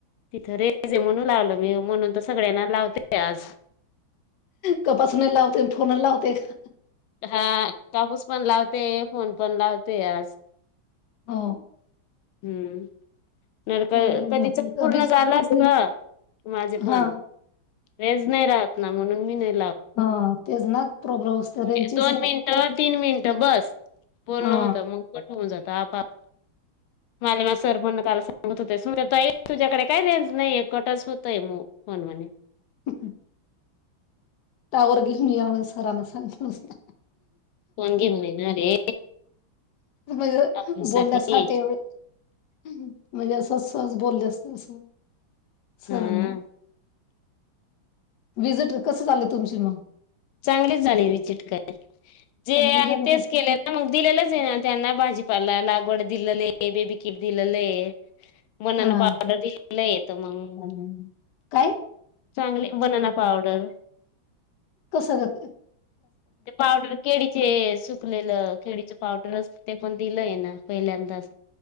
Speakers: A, on the left (about 90°); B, on the left (about 65°).
A: तिथं रेजे म्हणू लावलं मी म्हणून तर सगळ्यांना लावते आज
B: कपासून लावते फोन लावते का
A: हा काकूस पण लावते फोन पण लावते आज
B: हो
A: हम्म नर कधीच
B: चांगले मग.
A: पूर्ण
B: आम्ही
A: झालं अस माझे पणे
B: हा
A: नाही राहत ना म्हणून मी नाही
B: हा तेच ना प्रॉब्लेम असते त्यांचीच
A: दोन मिनट तीन मिनट बस पूर्ण
B: हा
A: होतं मग कठे होऊन जात आपाआप मला मा सर पण काला सांगत होतेस तुझ्याकडे काय रेंज नाही एकवटच होतय मग होन मणे
B: ह टावर घेऊन या सरांना सांगलंत
A: वगे म्हण ना रे
B: म्हज
A: आपल्यासाठी
B: बोलण्यासाठी एवढ म्हणजे असं सहज बोलले असत असं
A: हा.
B: सरांना विजिट कसं झालं तुमची मग
A: चांगलेच झाले विजिट कय जे
B: चांगलं
A: आहे
B: झालं
A: तेच
B: का?
A: केले ना मग दिलेलंच आहे ना त्यांना भाजी पला लागवाड दिलले बेबी किट दिलले बनना
B: हा.
A: पावडर दिलेलं येतं मग
B: हम्म. काय
A: चांगले वनना पावडर
B: कसं कर
A: ते पावडर केळी जे सुकलेलं केळीच पावडर असत ते पण दिलं आहे ना पहिल्यांदाच